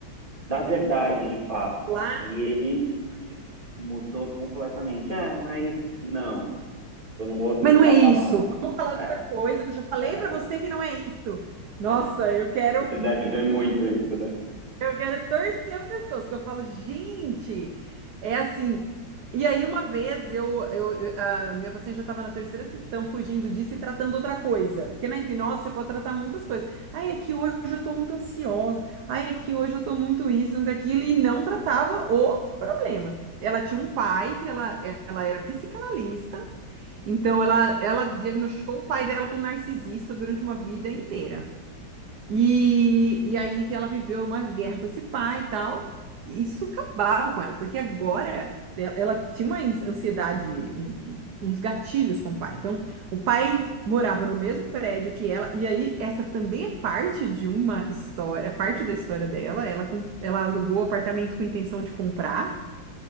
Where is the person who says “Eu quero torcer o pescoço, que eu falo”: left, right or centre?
Right